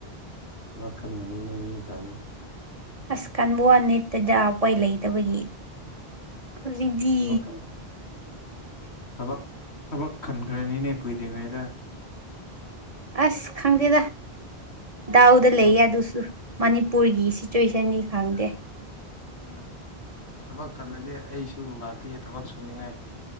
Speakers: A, on the left; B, on the right.
A: ꯊꯕꯛ ꯈꯟꯒꯅꯤꯅꯦ ꯃꯤ ꯃꯆꯥꯗꯤ
B: ꯑꯁꯀꯥꯟꯕ ꯋꯅꯤꯠꯇꯗ ꯎꯄꯥꯏ ꯂꯩꯇꯕꯒꯤ ꯍꯧꯖꯤꯛꯗꯤ
A: ꯊꯕꯛ ꯈꯟ ꯊꯕꯛ ꯊꯕꯛ ꯈꯦꯟꯈ꯭ꯔꯅꯤꯅꯦ ꯀꯨꯏꯗ꯭ꯔꯤꯉꯩꯗ
B: ꯑꯁ ꯈꯪꯗꯦꯗ ꯗꯥꯎꯗ
A: ꯊꯕꯛ
B: ꯂꯩꯌꯦ ꯑꯗꯨꯁꯨ ꯃꯅꯤꯄꯨꯔꯒꯤ ꯁꯤꯆꯨꯋꯦꯁꯟꯅꯤ ꯈꯪꯗꯦ
A: ꯎꯝ ꯊꯕꯛ ꯈꯥꯜꯂꯗꯤ ꯑꯩꯁꯨ ꯂꯥꯛꯀꯦ ꯊꯕꯛ ꯁꯨꯅꯤꯡꯉꯥꯏ